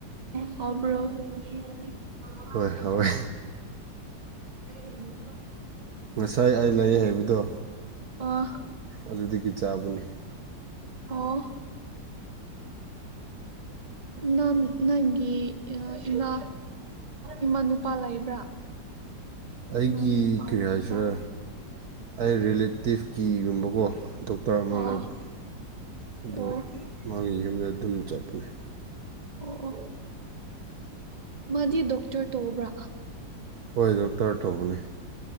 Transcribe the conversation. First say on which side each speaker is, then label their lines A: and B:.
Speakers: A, on the right; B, on the right.
A: ꯍꯥꯎꯕ꯭ꯔꯣ <unintelligible>
B: ꯍꯣꯏ ꯍꯥꯎꯋꯦ ꯉꯁꯥꯏ ꯑꯩ ꯂꯩ ꯍꯥꯏꯕꯗꯣ
A: ꯑꯣ
B: ꯑꯗꯨꯗꯒꯤ ꯆꯥꯕꯅꯤ
A: ꯑꯣ ꯅꯟ ꯅꯟꯒꯤ ꯏꯃꯥ ꯏꯃꯥ ꯅꯨꯨꯄꯥ ꯂꯩꯕ꯭ꯔꯥ
B: ꯑꯩꯒꯤ
A: ꯏꯃꯥ ꯅꯨꯄꯥꯒꯨꯝꯕ
B: ꯀꯔꯤ ꯍꯥꯏꯁꯤꯔ ꯑꯩ ꯔꯤꯂꯦꯇꯤꯞꯀꯤꯒꯨꯝꯕꯀꯣ ꯗꯣꯛ ꯇꯧꯔꯃꯜꯂꯦꯕ
A: ꯑꯣ ꯑꯣ
B: ꯑꯗꯨ ꯃꯥꯒꯤ ꯌꯨꯝꯗ ꯑꯗꯨꯝ ꯆꯠꯄꯅꯦ
A: ꯑꯣ ꯑꯣ ꯃꯥꯗꯤ ꯗꯣꯛꯇꯔ ꯇꯧꯕ꯭ꯔꯥ
B: ꯍꯣꯏ ꯗꯣꯛꯇꯔ ꯇꯧꯕꯅꯦ